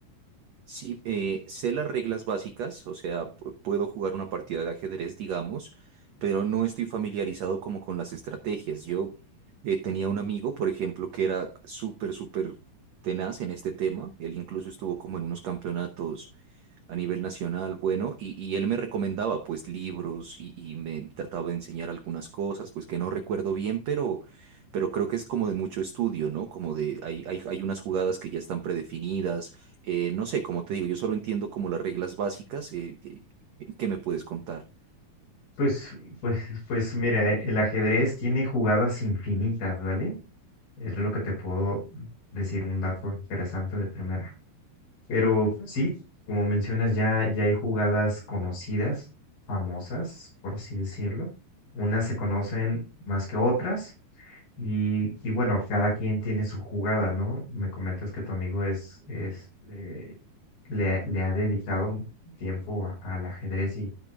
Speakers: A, on the right; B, on the left.
A: Sí, eh, sé las reglas básicas, o sea, pu- puedo jugar una partida de ajedrez, digamos, pero no estoy familiarizado como con las estrategias. Yo eh, tenía un amigo, por ejemplo, que era súper, súper tenaz en este tema. Él incluso estuvo como en unos campeonatos a nivel nacional, bueno, y, y él me recomendaba pues libros y, y me trataba de enseñar algunas cosas, pues que no recuerdo bien, pero... Pero creo que es como de mucho estudio, ¿no? Como de, hay, hay, hay unas jugadas que ya están predefinidas, eh, no sé, como te digo, yo solo entiendo como las reglas básicas. eh, que, ¿qué me puedes contar?
B: Pues, pues, pues mira, el ajedrez tiene jugadas infinitas, ¿vale? Es lo que te puedo decir un dato interesante de primera. Pero sí, como mencionas, ya, ya hay jugadas conocidas, famosas, por así decirlo. Unas se conocen más que otras y, y bueno, cada quien tiene su jugada, ¿no? Me comentas que tu amigo es, es eh, le, ha- le ha dedicado un tiempo a- al ajedrez y